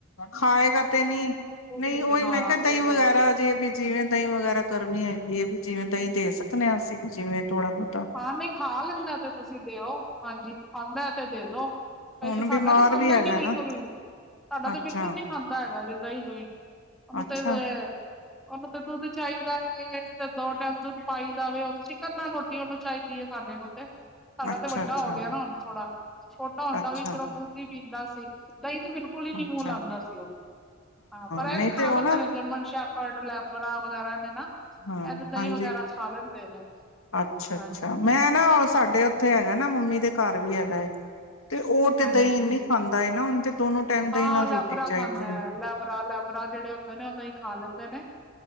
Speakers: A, on the left; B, in the centre.
A: ਖਾਏਗਾ ਤੇ ਨੀ।
B: ਦੁੱਧ
A: ਨਹੀਂ
B: ਹੀ
A: ਉਹੀ
B: ਤੇ ਹਾਂ
A: ਮੈਂ ਕਿਹਾ ਦਹੀਂ
B: ਦੁੱਧ
A: ਵਗੈਰਾ ਜੇ ਬੀ ਜਿਵੇਂ ਦਹੀਂ ਵਗੈਰਾ। ਗਰਮੀ ਹੈਗੀ ਹੈ ਵੀ ਜਿਵੇਂ ਦਹੀਂ ਦੇ ਸਕਦੇ ਹਾਂ ਅਸੀਂ ਵੀ ਜਿਵੇਂ ਥੋੜ੍ਹਾ ਬਹੁਤ।
B: ਹਾਂ ਨਹੀਂ ਖਾ ਲੈਂਦਾ ਤੇ ਤੁਸੀਂ ਦਿਓ ਹਾਂਜੀ ਖਾਂਦਾ ਤੇ ਦੇ ਦੋ। ਸਾਡਾ
A: ਹੁਣ ਬਿਮਾਰ
B: ਤਾਂ ਖਾਂਦਾ
A: ਵੀ ਹੈਗਾ
B: ਹੀ ਨੀ ਬਿਲਕੁਲ
A: ਨਾ
B: ਵੀ ਸਾਡਾ ਤਾਂ
A: ਅੱਛਾ
B: ਬਿਲਕੁਲ ਨੀ ਖਾਂਦਾ ਹੈਗਾ ਦਹੀਂ ਦੁਹੀਂ। ਮਤਲ
A: ਅੱਛਾ
B: ਏ। ਉਹਨੂੰ ਤਾਂ ਦੁੱਧ ਚਾਹੀਦਾ ਹੈ ਤੇ ਦੋ ਟੈਮ ਦੁੱਧ ਪਾਈ ਦਾ ਵੇ ਉਹਨੂੰ ਚਿਕਨ ਦਾ ਰੋਟੀ ਉਹਨੂੰ। ਚਾਹੀਦੀ ਹੈ ਸਾਡੇ ਨੂੰ ਤੇ ਸਾਡਾ
A: ਅੱਛਾ
B: ਤੇ ਵੱਡਾ
A: ਅੱਛਾ
B: ਹੋ ਗਿਆ ਨਾ ਹੁਣ ਥੋੜਾ ਛੋਟਾ ਹੁੰਦਾ
A: ਅੱਛਾ
B: ਵੀ ਸਿਰਫ ਦੁੱਧ। ਪੀਂਦਾ ਸੀ ਦਹੀਂ ਤੇ ਬਿਲਕ। ਕੁਲ ਹੀ ਨੀ
A: ਅੱਛਾ
B: ਮੂੰਹ ਲਉਂਦਾ ਸੀ ਉਹ ਹਾਂ ਪਰ
A: ਨਹੀਂ
B: ਇਹ ਖਾ
A: ਤੇ ਉਹ
B: ਲੈਂਦੇ
A: ਨਾ
B: ਨੇ ਜਰਮਨ ਸ਼ਾ। ਪਰਡ ਲੈਬਰਾ ਵਗੈਰਾ ਨੇ ਨਾ
A: ਹਾਂ
B: ਇਹ ਤੇ ਦਹੀਂ
A: ਹਾਂਜੀ
B: ਵਗੈਰਾ ਖਾ ਲੈਂਦੇ ਨੇ।
A: ਅੱਛਾ ਅੱਛਾ
B: ਹਾਂਜੀ
A: ਮੈਂ ਨਾ ਸਾਡੇ ਉੱਥੇ ਹੈਗਾ ਨਾ ਮੰਮੀ ਦੇ ਘਰ ਵੀ ਹੈਗਾ ਏ। ਤੇ ਉਹ ਤੇ
B: ਹਾਂਜੀ
A: ਦਹੀਂ ਇੰਨੀ ਖਾਂਦਾ ਹੈ ਨਾ ਓਨੂੰ ਤੇ ਦੋਨੋ। ਟਾਈਮ ਦਹੀਂ
B: ਹਾਂ
A: ਨਾਲ
B: ਲੈਬਰਾ
A: ਰੋਟੀ ਚਾਹੀਦੀ
B: ਖਾਂਦਾ ਹੈ ਲੈਬਰਾ ਲੈਬਰਾ ਜਿਹੜੇ। ਨੇ ਓਹ ਦਹੀ ਖਾ ਲੈਂਦੇ ਨੇ